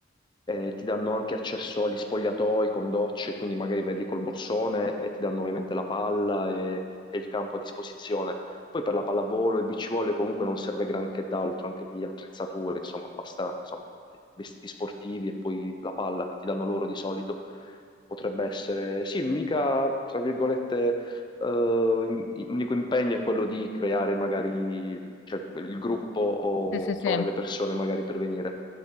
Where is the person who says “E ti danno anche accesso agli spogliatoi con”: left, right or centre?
Left